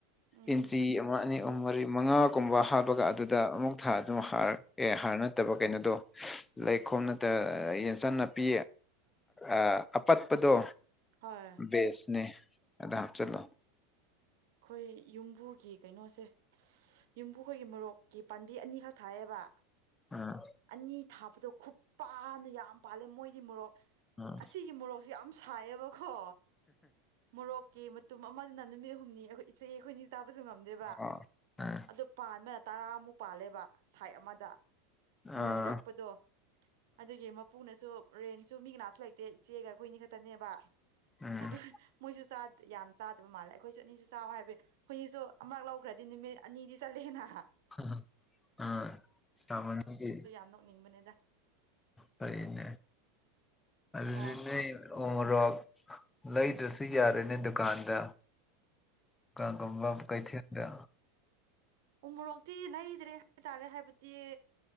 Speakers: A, on the right; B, on the left.
A: ꯎꯝ
B: ꯏꯟꯆꯤ ꯑꯃ ꯑꯅꯤ ꯑꯍꯨꯝ ꯃꯔꯤ ꯃꯉꯥꯒꯨꯝꯕ ꯍꯥꯞꯂꯒ ꯑꯗꯨꯗ ꯑꯃꯨꯛ ꯊꯥ ꯑꯗꯨꯝ ꯍꯥꯔ ꯑꯦ ꯍꯥꯔ ꯅꯠꯇꯕ ꯀꯩꯅꯣꯗꯣ ꯂꯩꯈꯣꯝ ꯅꯠꯇ ꯌꯦꯟꯁꯥꯡ ꯅꯥꯄꯤ ꯑ ꯑꯄꯠꯄꯗꯣ
A: ꯍꯣꯏ
B: ꯕꯦꯁꯅꯦ ꯑꯗ ꯍꯥꯞꯆꯜꯂꯣ
A: ꯈꯣꯏ ꯌꯨꯝꯕꯨꯒꯤ ꯀꯩꯅꯣꯁꯦ ꯌꯨꯝꯕꯨꯈꯣꯏꯒꯤ ꯃꯣꯔꯣꯛꯀꯤ ꯄꯥꯝꯕꯤ ꯑꯅꯤꯈꯛ ꯊꯥꯏꯌꯦꯕ
B: ꯑꯥ
A: ꯑꯅꯤ ꯊꯥꯕꯗꯣ ꯈꯨꯄꯟ ꯌꯥꯝ ꯄꯥꯜꯂꯦ ꯃꯣꯏꯗꯤ ꯃꯣꯔꯣꯛ
B: ꯑꯥ
A: ꯑꯁꯤꯒꯤ ꯃꯣꯔꯣꯛꯁꯦ ꯌꯥꯝ ꯁꯥꯏꯌꯦꯕꯀꯣ ꯃꯣꯔꯣꯛꯀꯤ ꯃꯠ ꯇꯨꯝ ꯑꯃꯗꯨꯅ ꯅꯨꯃꯤꯠ ꯍꯨꯝꯅꯤ ꯑꯈꯣꯏ ꯏꯆꯦ ꯑꯩꯈꯣꯏꯅꯤ ꯆꯥꯕꯁꯨ ꯉꯝꯗꯦꯕ
B: ꯑꯥ
A: ꯑꯗꯨ ꯄꯥꯟꯕꯅ ꯇꯔꯥꯃꯨꯛ ꯄꯥꯜꯂꯦꯕ ꯁꯥꯏꯠ ꯑꯃꯗ
B: ꯑꯥ
A: ꯃꯨꯟꯔꯛꯄꯗꯣ ꯑꯗꯨꯒꯤ ꯃꯞ ꯄꯨꯅꯁꯨ ꯔꯦꯟꯁꯨ ꯃꯤ ꯀꯅꯥꯁꯨ ꯂꯩꯇꯦ ꯏꯆꯦꯒ ꯑꯩꯈꯣꯏꯅꯤ ꯈꯛꯇꯅꯦꯕ
B: ꯎꯝ
A: ꯑꯗꯨ ꯃꯣꯏꯖꯨ ꯆꯥꯠ ꯌꯥꯝ ꯆꯥꯗꯕ ꯃꯥꯜꯂꯦ ꯑꯈꯣꯏꯁꯨ ꯑꯅꯤꯁꯨ ꯆꯥꯎ ꯍꯥꯏꯕꯩ ꯍꯨꯏꯖꯨ ꯑꯃꯛ ꯂꯧꯈ꯭ꯔꯗꯤ ꯅꯨꯃꯤꯠ ꯑꯅꯤꯗꯤ ꯆꯠꯂꯦꯅ
B: ꯑ ꯑ ꯏꯁꯇꯥꯞ ꯑꯅꯤꯒꯤ
A: ꯌꯥꯝ ꯅꯣꯛꯅꯤꯡꯕꯅꯦꯗ
B: ꯐꯩꯅꯦ ꯑꯗꯨꯗꯤ
A: ꯍꯣꯏ
B: ꯅꯣꯏ ꯎ ꯃꯣꯔꯣꯛ ꯂꯩꯗ꯭ꯔꯁꯨ ꯌꯥꯔꯦꯅꯦ ꯗꯨꯀꯥꯟꯗ ꯀꯟꯒꯨꯝꯕ ꯀꯩꯊꯦꯜꯗ
A: ꯎ ꯃꯣꯔꯣꯛꯇꯤ ꯂꯩꯗ꯭ꯔꯦ ꯍꯥꯏꯇꯥꯔꯦ ꯍꯥꯏꯕꯗꯤ